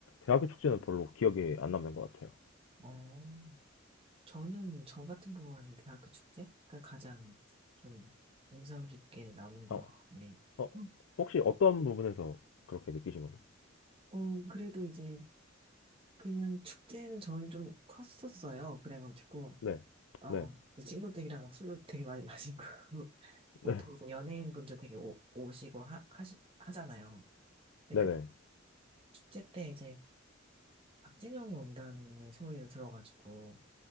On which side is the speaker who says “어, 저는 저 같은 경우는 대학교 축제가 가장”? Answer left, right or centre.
Right